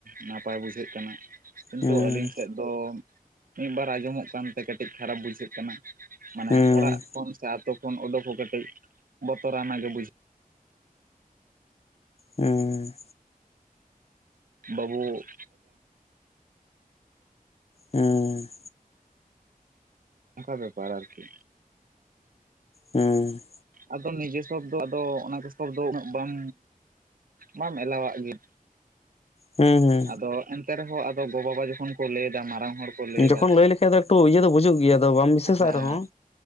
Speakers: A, on the right; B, on the left.
A: ᱱᱟᱯᱟᱭ ᱵᱩᱡᱷᱟᱹᱜ ᱠᱟᱱᱟ ᱠᱤᱱᱛᱩ
B: ᱦᱩᱸ
A: ᱟᱞᱤᱧ ᱥᱮᱫ᱾ ᱫᱚ ᱢᱤᱜ ᱵᱟᱨ ᱟᱸᱡᱚᱢᱚᱜ ᱠᱟᱱᱛᱮ ᱠᱟᱹᱴᱤᱡ ᱠᱷᱟᱨᱟᱯ ᱵᱩᱡᱷᱟᱹᱜ ᱠᱟᱱᱟ᱾ ᱢᱟᱱᱮ
B: ᱦᱩᱸ
A: ᱚᱲᱟᱜ ᱠᱷᱚᱱ ᱥᱮ ᱟᱛᱳ ᱠᱷᱚᱱ ᱳᱰᱳᱠ ᱦᱚᱸ ᱠᱟᱹᱴᱤᱡ ᱵᱚᱛᱚᱨᱟᱱᱟ ᱜᱮ ᱵᱩᱡᱷ
B: ᱩᱸ᱾
A: ᱵᱟᱹᱵᱩ᱾ <unintelligible>
B: ᱩᱸ᱾
A: ᱚᱝᱠᱟ ᱵᱮᱯᱟᱨ ᱟᱨᱠᱤ᱾
B: ᱦᱮᱸ᱾
A: ᱟᱫᱚ ᱱᱤᱡᱮ ᱥᱚᱵ ᱫᱚ ᱟᱫᱚ ᱚᱱᱟ ᱠᱚ ᱥᱚᱵ ᱫᱚ ᱩᱱᱟᱹᱜ ᱵᱟᱢ ᱵᱟᱢ ᱮᱞᱟᱣᱟᱜ ᱜᱮᱭᱟ᱾
B: ᱦᱩᱸ ᱦᱩᱸ᱾
A: ᱟᱫᱚ ᱮᱱᱛᱮ ᱨᱮᱦᱚᱸ ᱟᱫᱚ ᱜᱚ ᱵᱟᱵᱟ ᱡᱚᱠᱷᱚᱱ ᱠᱚ ᱞᱟᱹᱭ ᱫᱟ ᱢᱟᱨᱟᱝ ᱦᱚᱲ᱾ ᱠᱚ ᱮᱫᱟ
B: ᱡᱚᱠᱷᱚᱱ ᱞᱟᱹᱭ ᱞᱮᱠᱷᱟᱡ ᱫᱚ ᱮᱠᱴᱩ ᱤᱭᱟᱹ ᱫᱚ ᱵᱩᱡᱩᱜ ᱜᱮᱭᱟ ᱟᱫᱚ ᱵᱟᱢ ᱵᱤᱥᱟᱹᱥᱟᱜ
A: ᱦᱮᱸ
B: ᱨᱮᱦᱚᱸ᱾